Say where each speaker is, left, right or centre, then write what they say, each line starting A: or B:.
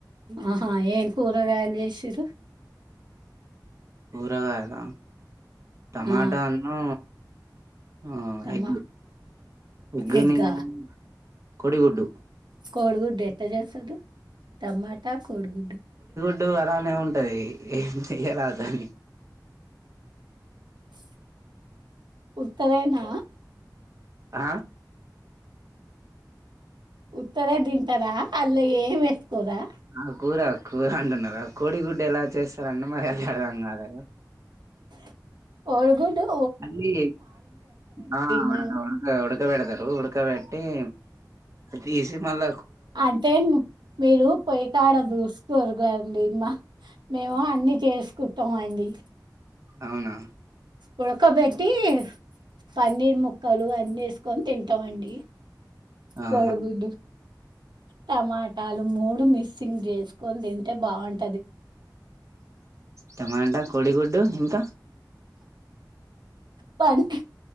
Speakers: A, on the right; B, on the right.
A: ఆహా ఏం కూరగాయలు చేసిర్రు
B: కూరగాయల టమాటా
A: ఆ
B: ఉన్ను ఆ
A: టమాటా
B: ఎగ్ ఎగ్గని
A: ఎగ్గా
B: ఆ కొడి గుడ్డు <inaudible>
A: కోడిగుడ్డు ఎట్ట చేస్తదు టమాటా కోడిగుడ్డు
B: గుడ్డు అలానే ఉంటది ఏం చెయ్యరాదు దాన్ని
A: స్ ఉత్తదేనా
B: అ
A: ఉత్తదే తింటరా అల్ల ఏం ఏసుకోరా?
B: ఆ కూర కూర అంటున్నారా? కోడిగుడ్డు ఎలా చేస్తరంటే మరి ఎలా అన్నారా
A: <unintelligible> ఏం తింటున్
B: అన్ని ఆ
A: మేము
B: ఉడక ఉడక ఉడకబెడ్తరు ఉడకబెట్టి <unintelligible> తీసి మల్ల
A: అంటే మీరు పోయికాడ చూస్తరు నేను తిన్న హ్ మేము అన్ని చేసుకుంటం అండి
B: అవునా
A: ఉడకబెట్టి పన్నీర్ ముక్కలు అన్ని ఏసుకొని తింటమండి.
B: ఆహా
A: కోడి గుడ్డు టమాటాలు మూడు మిస్సింగ్ చేసుకొని తింటె బావున్
B: టమాటా కోడిగుడ్డు ఇంక?
A: పన్